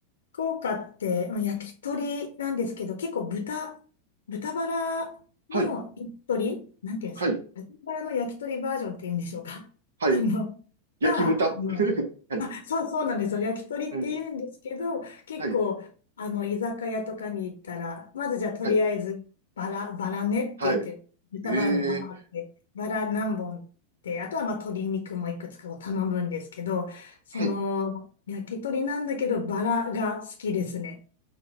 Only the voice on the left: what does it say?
福岡って、まあ焼き鳥なんですけど、結構豚、豚バラの焼き鳥、
なんていうんですか、
豚バラの焼き鳥バージョンっていうんでしょうか。<laughs>
その、
が、あの、
あ、そう、そうなんですよ。焼き鳥って言うんですけど、
結構、
あの、居酒屋とかに行ったら、まずじゃあとりあえず、
バラ、バラねって言って、
豚バラのバラって、
バラ何本って、あとはまあ鶏肉もいくつかを頼むんですけど、その、
焼き鳥なんだけど、バラが好きですね。